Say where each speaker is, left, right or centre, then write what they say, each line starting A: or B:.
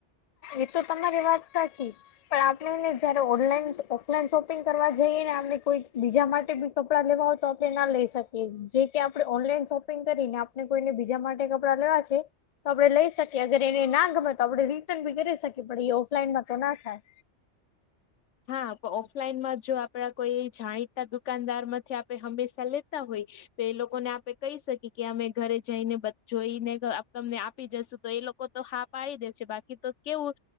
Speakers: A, on the left; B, on the left.
A: એ તો તમારી વાત સાચી પણ આપણને જયારે ઓનલાઈન ઓફલાઈન શોપિંગ કરવા જઈએ ને આપને કોઈ બીજા માટે બી કપડા લેવા હોય તો આપણે ના લઈ શકીએ જે કે આપડે ઓનલાઈન શોપિંગ કરીને આપડે કોઈને બીજા માટે કપ પડા લેવા છે તો આપડે લઈ શકીએ અગર એને ના ગમે તો આપડે રી ટન બી કરી શકે પણ એ ઓફલાઈનમાં તો ના થાય
B: હા ઓફલાઈનમાં જો આપડા કોઈ એ જાણીતા દુકાનદાર માંથી આપડે હંમેશા લેતા હોય તો એ લોકોને આપે કહી શકીએ કે અમે ઘરે જઈને જોઈને તમને આપી જશુ તો એ લોક તો હા પાડી દે છે બાકી તો કેવું